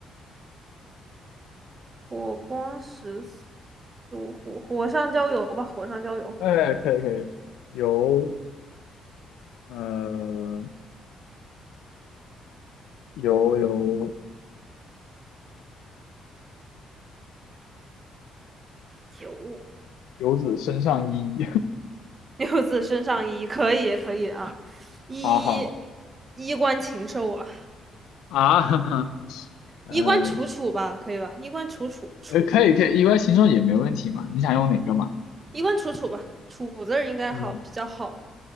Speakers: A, on the right (about 35°); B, on the left (about 80°).
A: 火光石，火火上浇油吧，火上浇油。
B: 哎，可以可以，游，呃游游
A: 九
B: 游子身上衣，
A: <laughs> 六字身上衣，可以可以啊，衣
B: <laughs> 好好
A: 衣冠禽兽啊，
B: 啊，哈哈，呃
A: 衣冠楚楚吧，可以吧？衣冠楚楚楚，
B: 呃，可以可以，一般形容也没问题嘛。你想用哪个嘛？
A: 衣冠楚楚吧，楚字儿应该好比较好
B: 嗯，